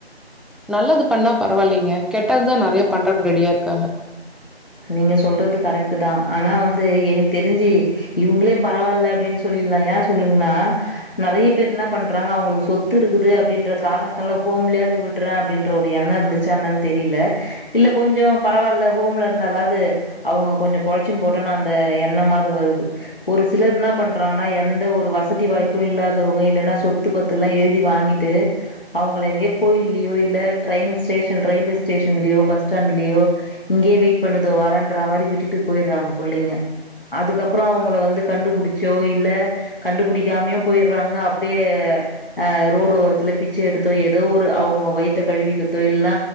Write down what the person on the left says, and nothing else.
நீங்க சொல்றது கரெக்ட்டுதா ஆனா வந்து என்க்கு தெரிஞ்சு இவுங்களே பரவால்ல அப்டின்னு சொல்லிர்லா ஏ சொல்லுங்னா நெறைய பேர் என்ன பண்றாங்க அவங்களுக்கு சொத்து இருக்குது அப்டின்ற காரணத்தால ஹோம்லையாது விடறே அப்டின்ற ஒரு எண்ண இருந்துச்சா என்னன் தெரில இல்ல கொஞ்ச பரவால்ல ஹோம்ல இருந்தாலாது அவுங்க கொஞ்ச பொழச்சின் போட்டுன் அந்த எண்ணமாது வருது ஒரு சிலர் இன்னா பண்றாங்னா எந்த ஒரு வசதி வாய்ப்பு இல்லாதவங்க இல்லன்னா சொத்து பத்துல்லா எழுதி வாங்கிட்டு அவங்கள எங்கயோ கோயில்லயோ இல்ல டிரெயின் ஸ்டேஷன் ரயில்வே ஸ்டேஷன்லியோ பஸ் ஸ்டாண்ட்லியோ இங்கயே வெய்ட் பண்ணு இதோ வரன்ற மாரி விட்டுட்டு போயிர்றாங்க புள்ளைங்க அதுக்கப்பற அவங்கள வந்து கண்டுபுடிச்சோ இல்ல கண்டுபிடிக்காமயு போயிர்றாங்க அப்டியே அ ரோடு ஓரத்துல பிச்சை எடுத்தோ எதோ ஒரு அவங்க வயித்த கழுவிக்கிறதோ இல்னா